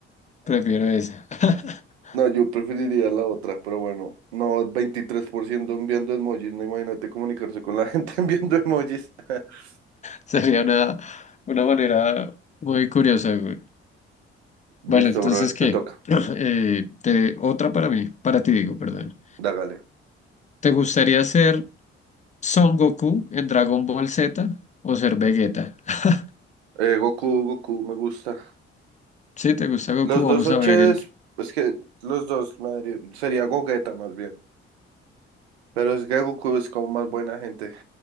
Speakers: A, on the left (about 25°); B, on the right (about 90°).
A: prefiero esa. <laughs>
B: No, yo preferiría la otra, pero bueno, no, 23% enviando emojis, no imagínate comunicarse con la gente <laughs> enviando emojis. <laughs>
A: Sería una, una manera muy curiosa, güey.
B: Listo,
A: Bueno, entonces,
B: brother,
A: ¿qué?
B: te toca,
A: <clears throat> Eh, te- otra para mí, para ti digo, perdón.
B: dágale.
A: ¿Te gustaría ser Son Goku en Dragon Ball Z o ser Vegeta? <laughs>
B: Eh, Goku, Goku, me gusta.
A: Si te gusta Goku,
B: Los
A: vamos
B: dos son
A: a
B: chéveres,
A: ver el,
B: es que los dos me daría- sería Gogeta más bien, pero es que Goku es como más buena gente.